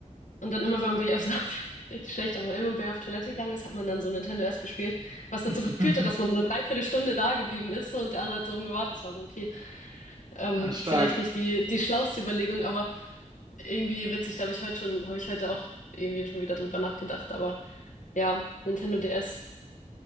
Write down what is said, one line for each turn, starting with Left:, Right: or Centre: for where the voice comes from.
Left: und dann immer, wenn man bei ihr auf, <laughs> richtig schlecht, aber immer bei ihr auf Toilette gegangen ist, hat man dann so Nintendo S gespielt, was dazu
Right: <laughs>
Left: geführt hat, dass man so eine Dreiviertelstunde da geblieben ist so, und der andere hat so rumgewartet. Das war so, okay, ähm,
Right: Ah, stark.
Left: vielleicht nicht die, die schlauste Überlegung, aber irgendwie witzig, da habe ich heute schon, habe ich heute auch irgendwie schon wieder drüber nachgedacht. Aber ja, Nintendo DS,